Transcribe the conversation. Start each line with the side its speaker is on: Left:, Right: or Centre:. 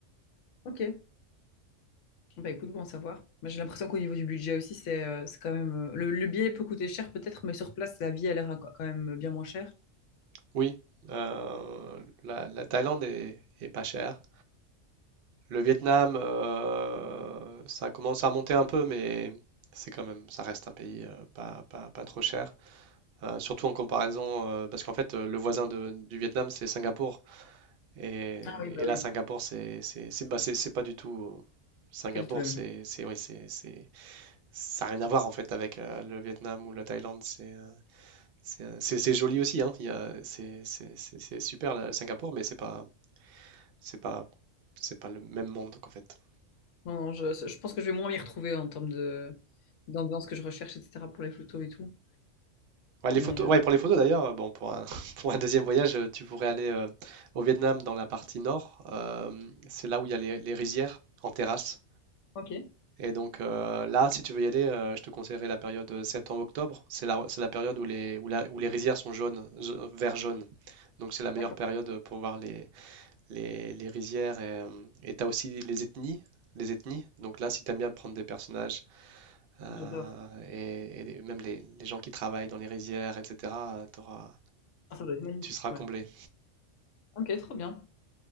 Left: Ok. Bah écoute, bon à savoir. Bah, j'ai l'impression qu'au niveau du budget aussi, c'est euh, c'est quand même. euh, le, le billet peut coûter cher peut-être, mais sur place, la vie a l'air quand même bien moins chère.
Right: Oui, euh, la, la Thaïlande est, est pas chère. Le Vietnam, euh, ça commence à monter un peu, mais c'est quand même, ça reste un pays euh, pas, pas- pas trop cher. Euh, surtout en comparaison, euh, parce qu'en fait, euh, le voisin de- du Vietnam, c'est Singapour. Et,
Left: Ah oui, bah
Right: et là,
Left: oui.
Right: Singapour, c'est, c'est, c'est- bah, c'est- c'est pas du tout. Singapour,
Left: C'est pas du tout la
Right: c'est,
Left: même.
Right: c'est, oui, c'est, c'est- ça n'a rien à voir en fait avec euh, le Vietnam ou la Thaïlande. C'est, euh, c'est, euh, c'est- c'est joli aussi, hein. Il y a- c'est, c'est- c'est- c'est super, là, Singapour, mais c'est pas, c'est pas, c'est pas le même monde qu'en fait.
Left: Non, non, je, je pense que je vais moins m'y retrouver en termes de d'ambiance que je recherche, etc. pour les photos et tout.
Right: Ouais, les
Left: Mais
Right: photos,
Left: euh,
Right: ouais, pour les photos d'ailleurs, euh, bon, pour un, <laughs> pour un deuxième voyage, euh, tu pourrais aller euh, au Vietnam dans la partie nord. euh, c'est là où il y a les, les rizières en terrasse.
Left: ok,
Right: Et donc euh, là, si tu veux y aller, euh, je te conseillerais la période euh, septembre-octobre. C'est la, c'est la période où les, où la- où les rizières sont jaunes, ze- vert jaune. Donc c'est la meilleure
Left: d'accord.
Right: période pour voir les, les, les rizières. Et, euh, et t'as aussi les ethnies. Les ethnies. Donc là, si t'aimes bien prendre des personnages euh,
Left: J'adore.
Right: et, et même les, les gens qui travaillent dans les rizières, etc., t'auras,
Left: Ah, ça doit être magnifique,
Right: tu seras
Left: ouais.
Right: comblé.
Left: Ok, trop bien.